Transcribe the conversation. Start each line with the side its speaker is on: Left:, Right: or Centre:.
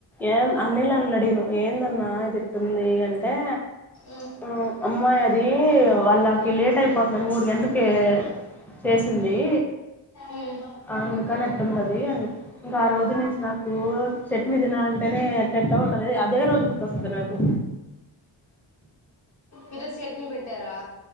Centre: ఏమ్
Left: ఆ
Centre: అనిల్ అన్నడిగా ఏందన్నా ఆ ఇదిట్టుంది ఏయన్ టె
Left: ఉమ్
Centre: ఉ అమ్మాయ్ అన్ దీ వాళ్ళ కి లేట్ అయిపోతుందని మూడు గంటలకి చేసింది ది
Left: ఉమ్
Centre: అందుకనీ అట్టుంది అది అని ఇంకా ఆ రోజు నుంచి నాకు చెట్ని తినాలని తెనేగా పెట్ట ఉంటది అదే రోజు గుర్తొస్తుంది నాకు
Left: ఈ రోజు చేట్నీ పెట్టారా